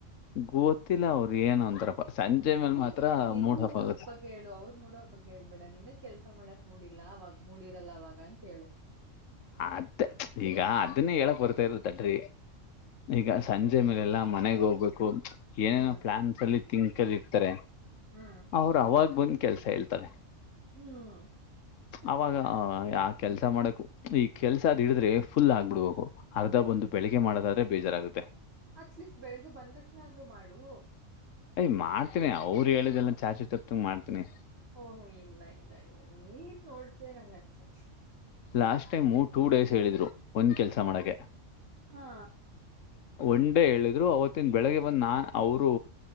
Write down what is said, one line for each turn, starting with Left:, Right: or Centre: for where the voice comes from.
Left: ಗೊತ್ತಿಲ್ಲ ಅವರು ಏನು ಅಂತಾರಪ್ಪ ಸಂಜೆ ಮೇಲ್
Right: ನಿನ್
Left: ಮಾತ್ರ
Right: ನಿನ್
Left: ಮೂಡ್ ಆಫ್ ಆಗುತ್ತೆ.
Right: ಬಗ್ಗೆ ಹೇಳು ಅವ್ರ್ ಮೂಡಾಫ್ ಬಗ್ಗೆ ಹೇಳ್ಬೇಡ ನಿನ್ಗ ಕೆಲ್ಸ ಮಾಡಕ್ ಮೂಡಿಲ್ಲ ಅವಾಗ ಮೂಡಿರಲ್ಲ ಅವಾಗ ಅಂತ ಹೇಳು.
Left: ಅದ ಈಗ ಅದನ್ನೇ ಹೇಳಕ್ ಬರ್ತಾ ಇರೊದ್ ತಡ್ರಿ. ಈಗ ಸಂಜೆ ಮೇಲೆ ಎಲ್ಲಾ ಮನೆಗ್ ಹೋಗ್ಬೇಕು ಏನೇನೋ
Right: ಹ್ಮ್
Left: ಪ್ಲಾನ್ಸಲ್ಲಿ. ತಿಂಕಲ್ ಇರ್ತಾರೆ
Right: ಹ್ಮ್
Left: ಅವರು ಅವಾಗ ಬಂದ್ ಕೆಲ್ಸ ಹೇಳ್ತಾರೆ.
Right: ಹ್ಮ್
Left: ಅವಾಗ ಆಯ ಕೆಲ್ಸ ಮಾಡಕು ಈ ಕೆಲ್ಸ ಅದ್ ಹಿಡಿದ್ರೆ ಫುಲ್ ಆಗ್ಬಿಡ್ಬೇಕು ಅರ್ಧ ಬಂದು ಬೆಳಗ್ಗೆ ಮಾಡೋದಾದ್ರೆ ಬೇಜಾರಾಗುತ್ತೆ.
Right: ಅಟ್ ಲೀಸ್ಟ್ ಬೆಳಿಗ್ಗೆ ಬಂದ್ ತಕ್ಷಣ ಆದ್ರು ಮಾಡು.
Left: ಅಯ್ ಮಾಡ್ತೀನಿ ಅವ್ರು ಹೇಳಿದೆಲ್ಲ ಚಾಚು ತಪ್ಪದಂಗ ಮಾಡ್ತೀನಿ.
Right: ಓಹ ಇಲ್ಲ ಇಲ್ಲ ಇಲ್ಲ ನೀನ್ ನೋಡ್ ಗೆ ನಂಗ ಅನ್ಸುತ್ತೆ.
Left: ಲಾಸ್ಟ್ ಟೈಮ್ ಟೂ ಡೇಸ್ ಹೇಳಿದ್ರು ಒಂದ್ ಕೆಲ್ಸ ಮಾಡಕ್ಕೆ
Right: ಹಾ
Left: ಒಂಡೇ ಹೇಳಿದ್ರು ಅವತ್ತಿನ್ ಬೆಳಿಗ್ಗೆ ಬಂದು ನಾನ್ ಅವರು